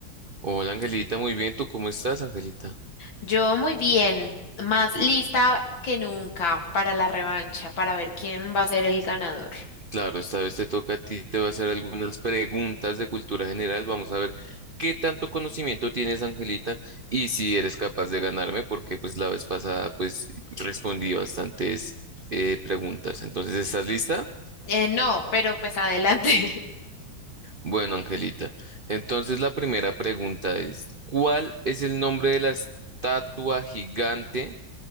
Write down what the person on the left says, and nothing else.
Yo muy bien, más lista que nunca para la revancha, para ver quién va a ser el ganador.
Eh, no, pero pues adelante. <laughs>